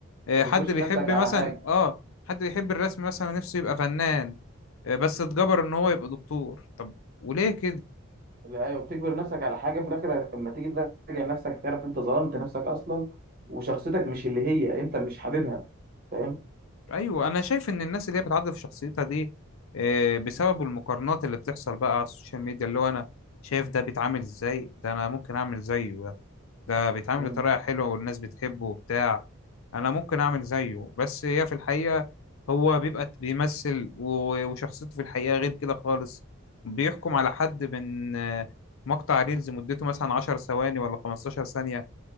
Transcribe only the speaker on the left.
آه،
حد بيحب
مثلا
اه حد بيحب الرسم مثلا نفسه يبقى فنان آه، بس اتجبر ان هو يبقى دكتور طب وليه كده
ايوه انا شايف ان الناس اللي هي بتعدل في شخصيتها دي آه، بسبب المقارنات اللي بتحصل بقى على السوشيال ميديا اللي هو انا شايف ده بيتعامل ازاي ده انا ممكن اعمل زيه ده ده بيتعامل
بطريقه حلوه والناس بتحبه وبتاع انا ممكن اعمل زيه بس هي في الحقيقه هو بيبقى بيمثل و- وشخصيته في الحقيقه غير كده خالص بيحكم على حد من آه، مقطع ريلز مدته مثلا 10 ثواني ولا 15 ثانية